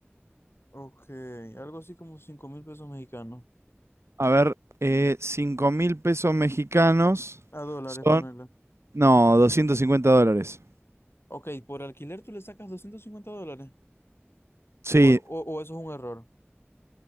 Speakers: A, on the left; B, on the right.
A: ok, algo así como cinco mil pesos mexicanos.
B: A ver, eh, 5 mil pesos mexicanos
A: A dólares
B: son,
A: ponerle.
B: no, 250 dólares.
A: Ok, por alquiler tú le sacas 250 dólares.
B: Sí,
A: O, o, o eso es un error.